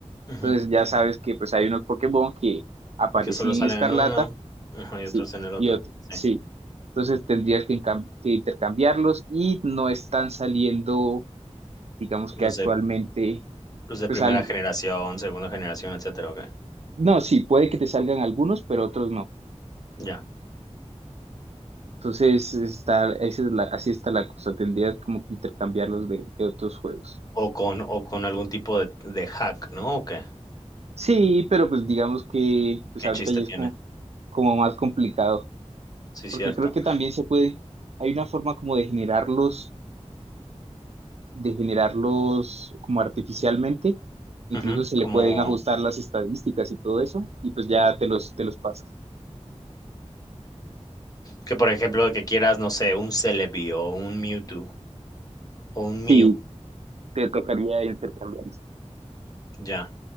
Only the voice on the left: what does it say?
ujú,
que solo
salen
en uno, ajá, y
otros en el otro,
sí,
los
de los de
primera
generación, segunda generación, etcétera, okey,
ya.
O con o con algún tipo de de hack, ¿no? ¿O qué?
¿Qué
chiste
tiene?
Sí,
cierto.
Ujú,
como
que, por ejemplo, de que quieras, no sé, un Celebi, o un Mewtwo, o un
Mew,
ya.